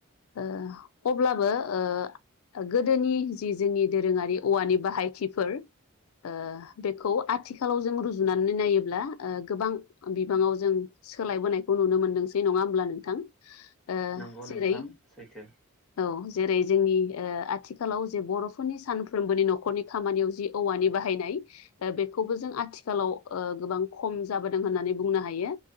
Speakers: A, on the left; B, in the centre.
A: ओ अब्लाबो ओ ओ गोदोनि जि जोंनि दोरोङारि औवानि बाहायथिफोर ओ बेखौ आथिखालाव जों रुजुनानै नायोब्ला ओ गोबां बिबाङाव जों सोलायबोनायखौ नुनो मोनदोंसै नङा होमब्ला नोंथां ओ
B: औ' नोंथां
A: जेरै
B: सैथो।
A: औ जेरै जोंनि ओ आथिखालाव जे बर'फोरनि सानफ्रोमबोनि न'खरनि खामानियाव जि औवानि बाहायनाय ओ बेखौबो जों आथिखालाव ओ गोबां खम जाबोदों होननानै बुंनो हायो।